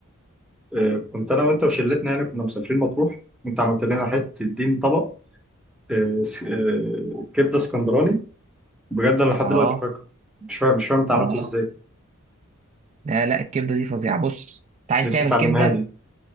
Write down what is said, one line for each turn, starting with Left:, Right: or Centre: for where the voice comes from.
Centre: آه، كنت انا وانت وشلتنا يعني كنا مسافرين مطروح وانت عملت لنا حته دين طبق آه، س- آه، كبده اسكندراني بجد انا لحد
Right: اه
Centre: دلوقتي فاكره مش فاهم مش فاهم انت عملته
Right: اه
Centre: ازاي
Right: لا لا الكبده دي فظيعه بص انت عايز
Centre: نفسي
Right: تعمل
Centre: تعلمها
Right: كبده
Centre: لي